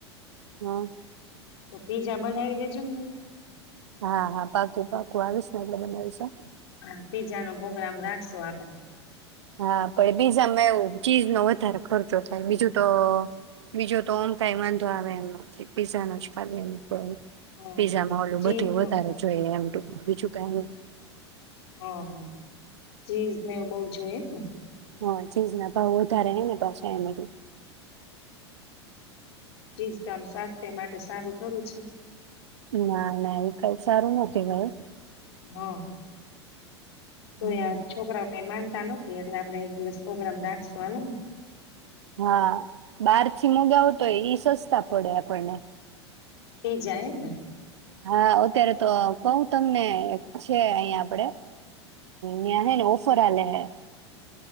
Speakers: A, on the right; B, on the left.
A: હા.
B: તો પીઝા બનાવી દેજો ને મને.
A: હા હા પાકું પાકું આવીસને એટલે બનાવીશ હ.
B: હા પીઝાનો પોગ્રામ રાખશો આપડે.
A: હા પણ પીઝામાં એવું ચીઝ નો વધારે ખર્ચો થાય. બીજું તો બીજું તો ઓમ કાઈ વાંધો આવે એમ નથી પીઝા નો જ ખાલી એમ પણ
B: હમ
A: પીઝામા ઓલું
B: ચીઝ
A: બધું
B: હ
A: વધારે જોઈએ એમ. તો બીજું કાઈ
B: હા હો ચીઝ ને એવું બધું જોઈએ ને.
A: હા ચીઝના ભાવ વધારે એને પાછા એમાં થી.
B: ચીઝ તો આમ સ્વાસ્થ્ય માટે સારું થોડું છે.
A: ના ના એવુ કઈ સારું નથી ભાઈ ઓ.
B: હા. તો
A: હમ
B: યાર છોકરાઓ તે માન તાનો ફેડ એટલે આપડે એક દિવસ પ્રોગ્રામ રાખશું હાલોને.
A: હા બાર થી મગાવું તો ઈ સસ્તા પડે આપણને.
B: એ જાય ને.
A: હા અત્યારે તો આ કઉ તમને છે અહિયાં આપડે ન્યાં હે ને ઓફર આલે હૈ.